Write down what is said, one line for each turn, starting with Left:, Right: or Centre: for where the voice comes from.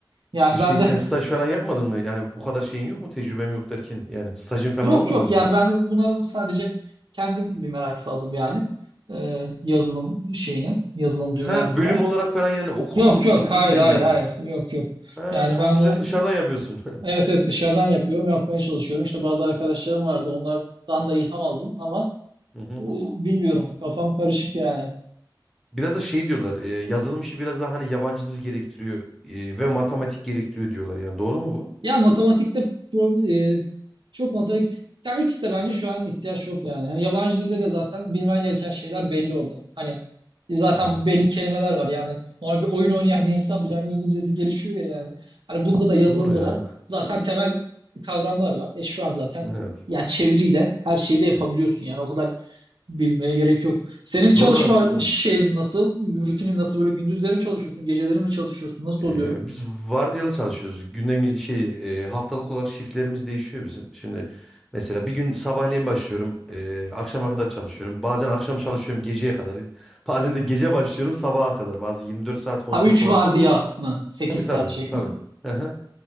Right: Yani
Centre: E şey
Right: ben
Centre: sen
Right: de
Centre: staj
Right: <laughs>
Centre: falan yapmadın mı? Yani bu kadar şeyin yok mu? Tecrübem yok derken. Yani stajın falan
Right: Yok
Centre: olmadı
Right: yok
Centre: mı senin?
Right: yani ben buna sadece kendim bir merak saldım yani Ee, yazılım şeyine, yazılım
Centre: Ha
Right: dünyasına.
Centre: bölüm olarak falan yani okuldur
Right: Yok
Centre: şudur
Right: yok hayır
Centre: budur değil
Right: hayır
Centre: yani.
Right: hayır yok yok.
Centre: Ha
Right: Yani
Centre: çok
Right: ben
Centre: güzel
Right: bunu
Centre: dışarıdan yapıyorsun. <laughs>
Right: evet evet dışarıdan yapıyorum yapmaya çalışıyorum. İşte bazı arkadaşlarım vardı onlardan da ilham aldım ama
Centre: Hı hı.
Right: e, bilmiyorum kafam karışık yani.
Centre: Biraz da şey diyorlar. e, yazılım işi biraz daha hani yabancı dil gerektiriyor e, ve matematik gerektiriyor diyorlar. Yani doğru mu bu?
Right: Ya matematikte pro- e, çok matematik ya ikisi de bence şu an ihtiyaç yok yani. Yani yabancı dilde de zaten bilmen gereken şeyler belli orada. Hani e, zaten
Centre: Hı hı.
Right: belli kelimeler var yani. Normal bir oyun oynayan bir insan bile hani İngilizcesi gelişiyor ya yani. Hani bunda da yazılımda
Centre: Doğru ya.
Right: da zaten temel kavramlar var. E şu an zaten
Centre: Evet.
Right: ya çeviriyle her şeyi de yapabiliyorsun
Centre: E,
Right: yani o kadar bilmeye gerek yok. Senin çalışma
Centre: Doğru aslında.
Right: şey nasıl? Rutinin nasıl böyle gündüzleri mi çalışıyorsun, geceleri mi çalışıyorsun? Nasıl
Centre: Ee,
Right: oluyor?
Centre: biz vardiyalı çalışıyoruz. Günden gü- şey e, haftalık olarak shiftlerimiz değişiyor bizim. Şimdi mesela bir gün sabahleyin başlıyorum, e, akşama kadar çalışıyorum. Bazen akşam çalışıyorum geceye kadar. <laughs> Bazen de gece başlıyorum sabaha kadar. Bazı 24 saat konsept
Right: Ha 3
Centre: olan.
Right: vardiya mı? 8
Centre: Tabii tabii
Right: saat şeklinde.
Centre: tabii. Aha.